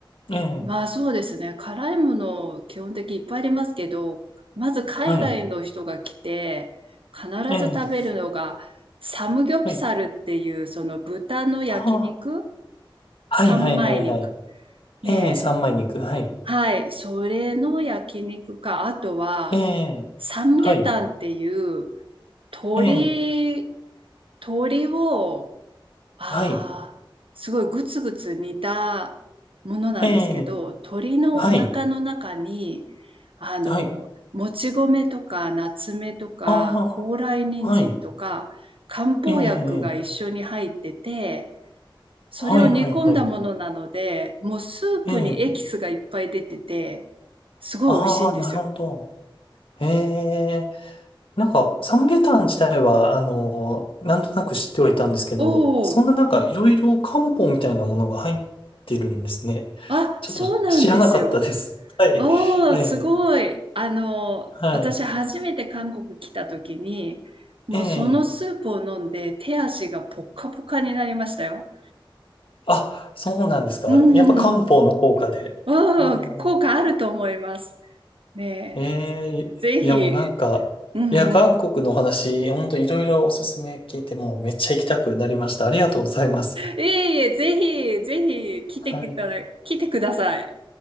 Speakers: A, on the left (about 75°); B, on the right (about 80°).
A: ええ、
B: まあそうですね。辛いもの基本的にいっぱいありますけど、まず海外の人が来て、
A: はい。
B: 必ず食べるのが、
A: ええ、
B: サムギョプサルっていう、
A: はい。
B: その豚の焼肉、
A: ああ、
B: 三枚肉。
A: はいはいはいはい。
B: ねえ。
A: ええ、三枚肉。はい。
B: はい。それの焼肉か、あとは、
A: ええ、
B: サムゲタンっていう、
A: はい。
B: 鳥
A: ええ、
B: 鳥をああ、
A: はい。
B: すごいグツグツ煮たものなんですけど、
A: ええ、
B: 鶏のお腹の中に、
A: はい。
B: あの、
A: はい。
B: もち米とか、夏目とか、
A: あ
B: 高麗人参とか、
A: あ、はい。
B: 漢方薬が一緒に入ってて、
A: ええ、ええ
B: それを煮込んだものなので、
A: はいはいはい。
B: もうスープにエキスがいっぱい出てて、
A: ええ、
B: すごい美味しいんですよ。
A: ああ、なるほど。ええ、なんか、サムゲタン自体は、あの、なんとなく知ってはいたんですけど、
B: お
A: そんななんか、
B: お、
A: いろいろ漢方みたいなものが入ってるんですね。
B: あ、
A: ちょっと知らなかったです。
B: そうなんですよ。
A: はい。
B: おー、
A: ええ、
B: すごい。あの、
A: はい。
B: 私初めて韓国来た時に、もうそのスープを飲んで手足がポッカポカになりましたよ。
A: ええ、あ、そうなんですか。
B: うんうんうん。
A: やっぱ漢方の効果で。
B: おー、
A: ああ
B: 効果あると思います。ね
A: ええいやもうなんか、
B: え、ぜひ、うんうん。
A: いや、韓国のお話、本当いろいろおすすめ聞いて、もうめっちゃ行きたくなりました。ありがとうございます。
B: いえいえ、ぜひ、ぜひ来てきたら、
A: はい。
B: 来てください。